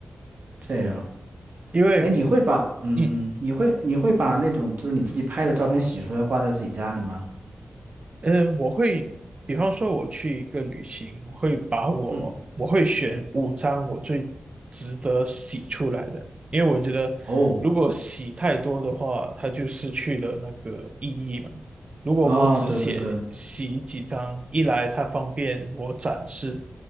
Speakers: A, on the right; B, on the right.
A: 这样。
B: 因为
A: 哎，你会把嗯嗯，
B: 嗯。
A: 你会你会把那种就是你自己拍的照片洗出来挂在自己家里吗？
B: 嗯，我会，比方说我去一个旅行，我会把我，
A: 嗯，
B: 我会选五张我最值得洗出来的，因为我觉得如果洗太多的话，
A: 哦，
B: 它就失去了那个意义嘛。如果我只写洗几张，
A: 哦，对对对，嗯
B: 一来它方便我展示，